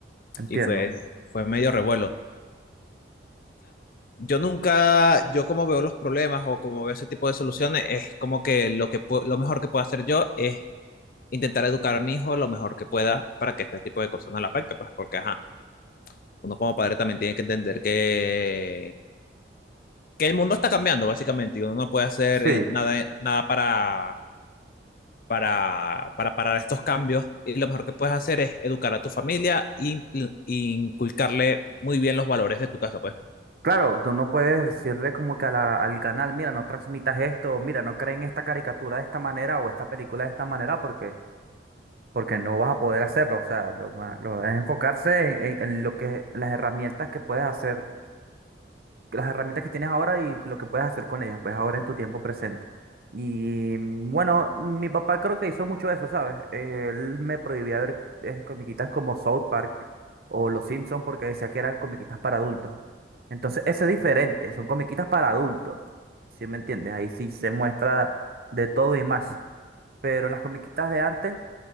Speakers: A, on the right; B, on the left.
A: entiendo.
B: Y fue, fue medio revuelo. yo nunca, yo como veo los problemas o como veo ese tipo de soluciones, es como que lo que pu- lo mejor que puedo hacer yo es intentar educar a mi hijo lo mejor que pueda para que este tipo de cosas no le afecte, pues porque ajá, uno como padre también tiene que entender que, que el mundo está cambiando básicamente y uno no puede hacer
A: Sí,
B: eh, nada, nada para, para, para parar estos cambios y lo mejor que puedes hacer es educar a tu familia e impl- e inculcarle muy bien los valores de tu casa, pues.
A: claro, tú no puedes decirle como que a la- al canal, mira, no transmitas esto, mira, no creen esta caricatura de esta manera o esta película de esta manera porque porque no vas a poder hacerlo. O sea, lo, ma- lo es enfocarse en, en- en lo que las herramientas que puedes hacer, las herramientas que tienes ahora y lo que puedes hacer con ellas, pues ahora en tu tiempo presente. Y mm, bueno, mi papá creo que hizo mucho eso, ¿sabes? Él me prohibía ver eh, comiquitas como South Park o Los Simpsons porque decía que eran comiquitas para adultos. Entonces, eso es diferente, son comiquitas para adultos, ¿sí me entiendes? Ahí sí se muestra de todo y más. Pero en las comiquitas de antes